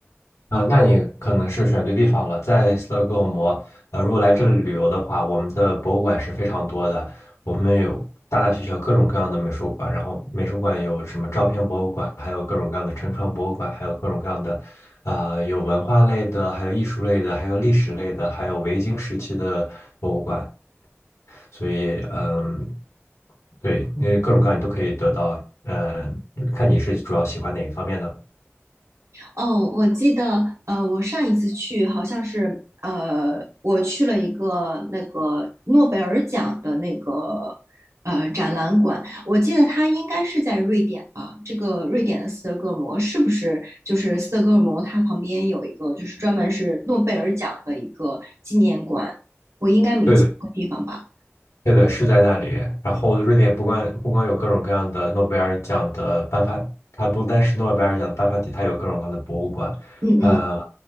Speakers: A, on the left; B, on the right.
A: 啊，那你可能是选对地方了。在斯德哥尔摩，呃，如果来这里旅游的话，我们的博物馆是非常多的，我们有大大小小各种各样的美术馆，然后美术馆有什么照片博物馆，还有各种各样的沉船博物馆，还有各种各样的，啊，有文化类的，还有艺术类的，还有历史类的，还有维京时期的博物馆。所以，嗯，对，那各种各样你都可以得到，呃，看你是主要喜欢哪一方面的。
B: 哦，我记得，呃，我上一次去好像是，呃，我去了一个那个诺贝尔奖的那个呃展览馆，我记得它应该是在瑞典吧？这个瑞典的斯德哥尔摩是不是就是斯德哥尔摩？它旁边有一个就是专门是诺贝尔奖的一个纪念馆，我应该没记错地方吧？
A: 对的。对的，是在那里。然后，瑞典不光不光有各种各样的诺贝尔奖的颁发，它不单是诺贝尔奖的颁发地，它有各种各样的博物馆。
B: 嗯嗯
A: 呃，